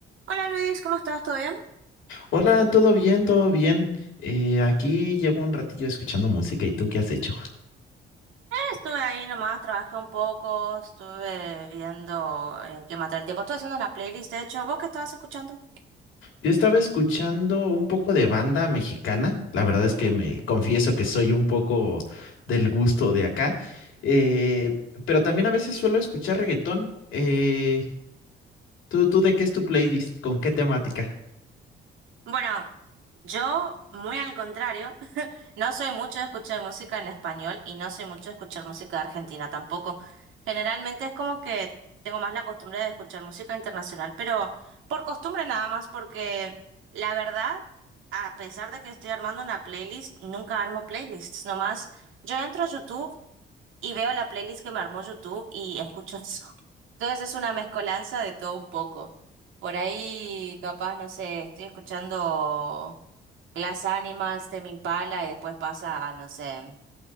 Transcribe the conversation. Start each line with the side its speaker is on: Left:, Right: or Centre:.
Right: Hola Luis, ¿cómo estás? ¿Todo bien? Eh,
Left: Hola, ¿todo bien? ¿Todo bien? Eh, aquí llevo un ratillo escuchando música. ¿Y tú qué has hecho?
Right: estuve ahí nomás, trabajé un poco, estuve viendo en qué matar el tiempo. Estuve haciendo una playlist, de hecho, ¿vos qué estabas escuchando?
Left: Yo estaba escuchando un poco de banda mexicana. La verdad es que
Right: Ujú.
Left: me confieso que soy un poco del gusto de acá. eh, pero también a veces suelo escuchar reggaetón. Eh, ¿tú, tú de qué es tu playlist? ¿Con qué temática?
Right: Bueno, yo, muy al contrario, <laughs> No soy mucho de escuchar música en español y no soy mucho de escuchar música de Argentina tampoco. Generalmente es como que tengo más la costumbre de escuchar música internacional, pero por costumbre nada más, porque la verdad, a pesar de que estoy armando una playlist, nunca armo playlists, nomás yo entro a YouTube y veo la playlist que me armó YouTube y escucho <laughs> eso. Entonces es una mezcolanza de todo un poco. Por ahí, capaz, no sé, estoy escuchando... Glass Animals, Tame Impala y después pasa a, no sé,